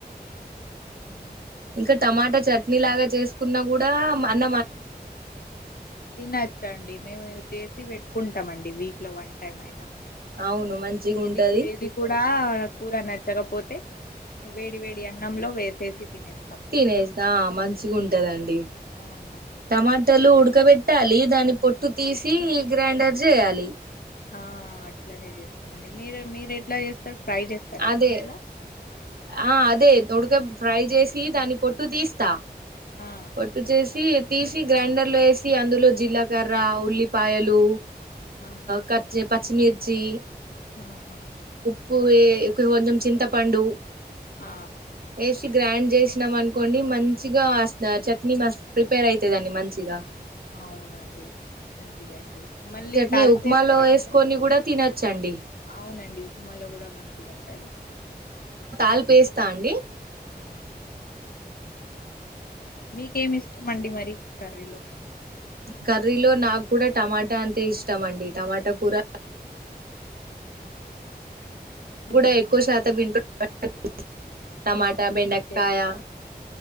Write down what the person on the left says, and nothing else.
<unintelligible>
తినచ్చండి మేము చేసి పెట్టుకుంటామ అండి వీక్ లో వన్ టైమ్ అయినా
ఏది
ఏది కూడా కూర నచ్చకపోతే వేడి వేడి అన్నంలో వేసేసి తినేసి
అవును
ఆ
ఆ అట్లాగే చేస్తామండి మీరు మీరు ఎట్లా చేస్తారు ఫ్రై చేస్తారా
నూనెలో
ఆ
ఆ,
ఆహా
ఆ
అవునండి మంచిగా అవుతుది మళ్ళీ తాలిపేస్తారా
మీరు
అవునండి ఉప్మా లో కూడా మంచిగా ఉంటది
ఆ మీకేమి ఇష్టం అండి మరి కర్రీలో
ఆహా
చేస్తారా